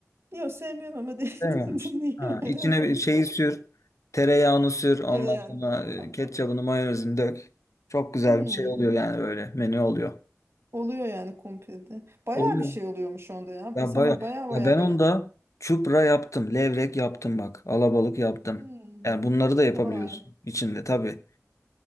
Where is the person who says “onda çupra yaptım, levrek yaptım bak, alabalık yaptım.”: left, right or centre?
Left